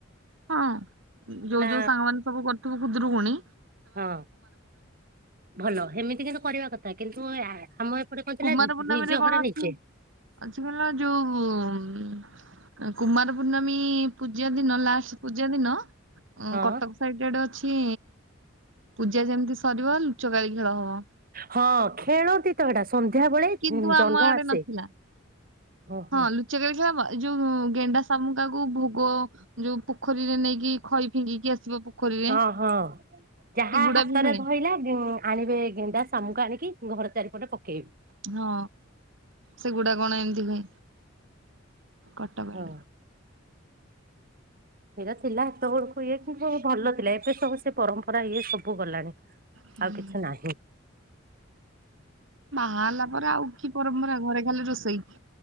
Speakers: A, on the right; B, on the right.
A: ହଁ, ଯୋଉ
B: ନା
A: ଯୋଉ ସାଙ୍ଗମାନେ ସବୁ କରୁଥିବେ ଖୁଦରୁକୁଣୀ
B: ହଁ ଭଲ ଏମିତି କିନ୍ତୁ କରିବା କଥା। କିନ୍ତୁ ଆମ ଏପଟେ କଣ ଥିଲା
A: କୁମାର ପୂର୍ଣ୍ଣମୀରେ
B: ନିଜ
A: କଣ
B: ଘରେ
A: ଅଛି
B: ନିଜେ
A: କହିଲ? ଯୋଉ କୁମାର ପୂର୍ଣ୍ଣମୀ ପୂଜା ଦିନ ଲାଷ୍ଟ ପୂଜା ଦିନ
B: ହଁ
A: କଟକ ସାଇଡ ଆଡେ ଅଛି ପୂଜା ଯେମିତି ସରିବ ଲୁଚକାଳି ଖେଳ ହବ।
B: ହଁ, ଖେଳନ୍ତି ତ ହେଇଟା ସନ୍ଧ୍ୟାବେଳେ
A: କିନ୍ତୁ ଆମ
B: ଜହ୍ନ
A: ଆଡେ
B: ଆସେ।
A: ନଥିଲା
B: ଓହୋ।
A: ହଁ ଲୁଚା କାଳୀ ଖେଳ ମ ଯୋଉ ଗେଣ୍ଡା ଶାମୁକାକୁ ଭୋଗ, ଯୋଉ ପୋଖରୀରେ ନେଇକି ଖଇ ଫିଙ୍ଗିକି ଆସିବ ପୋଖରୀରେ
B: ହଁ, ହଁ ଯାହା
A: ସେଗୁଡା
B: ହାତରେ
A: ବି ହୁଏ
B: ଧଇଲା ଉଁ ଆଣିବେ ଗେଣ୍ଡା ସାମୁକା ଆଣିକି ଘର ଚାରିପଟେ ପକେଇବ
A: ହଁ, ସେଗୁଡା କଣ ଏମିତି ହୁଏ। କଟକ
B: ହଁ।
A: ରେ
B: ସେଇଟା ଥିଲା ସେତେବେଳକୁ ଇଏ କିନ୍ତୁ, ସବୁ ଭଲ ଥିଲା। ଏବେ ସବୁ ସେ ପରମ୍ପରା ଇଏ ସବୁ ଗଲାଣି
A: ହୁଁ
B: ଆଉ କିଛି ନାହିଁ।
A: ବାହାହେଲା ପରେ ଆଉ କି ପରମ୍ପରା ଘରେ ଖାଲି ରୋଷେଇ